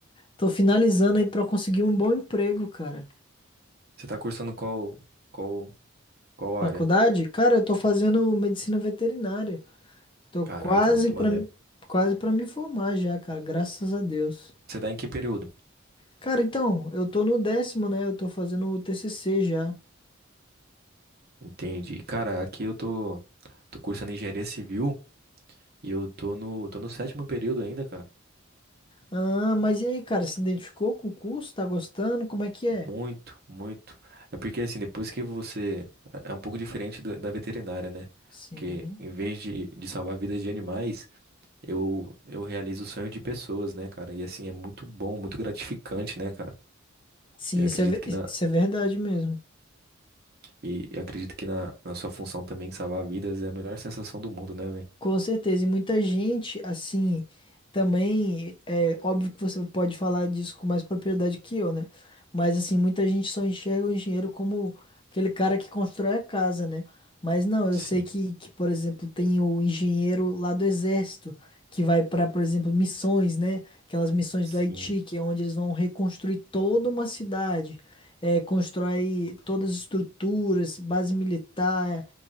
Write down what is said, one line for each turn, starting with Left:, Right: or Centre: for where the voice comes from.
Left: Tô finalizando aí pra conseguir um bom emprego, cara.
Right: Você tá cursando qual, qual, qual
Left: Faculdade?
Right: área?
Left: Cara, eu tô fazendo medicina veterinária. Tô
Right: Caraca,
Left: quase
Right: mano, que
Left: pra,
Right: maneiro.
Left: quase pra me formar já, cara, graças a Deus.
Right: Você tá em que período?
Left: Cara, então, eu tô no décimo, né? Eu tô fazendo o TCC já.
Right: Entendi. Cara, aqui eu tô, tô cursando engenharia civil e eu tô no, tô no sétimo período ainda, cara.
Left: Ah, mas e aí, cara, se identificou com o curso? Tá gostando? Como é que é?
Right: Muito, muito. É porque assim, depois que você. É é um pouco diferente da, da veterinária, né?
Left: Sim.
Right: Porque em vez de, de salvar vidas de animais, eu, eu realizo o sonho de pessoas, né, cara? E assim, é muito bom, muito gratificante, né, cara?
Left: Sim,
Right: Eu
Left: isso
Right: acredito
Left: é, ve-
Right: que na,
Left: isso é verdade mesmo.
Right: E, e acredito que na, na sua função também salvar vidas é a melhor sensação do mundo, né, velho?
Left: Com certeza, e muita gente, assim, também, é óbvio que você pode falar disso com mais propriedade que eu, né? Mas, assim, muita gente só enxerga o engenheiro como aquele cara que constrói a casa, né? Mas não, eu
Right: Sim,
Left: sei que, que por exemplo, tem o engenheiro lá do exército, que vai para, por exemplo, missões, né? Aquelas missões
Right: sim.
Left: do Haiti, que é onde eles vão reconstruir toda uma cidade, é, constrói todas as estruturas, base militar.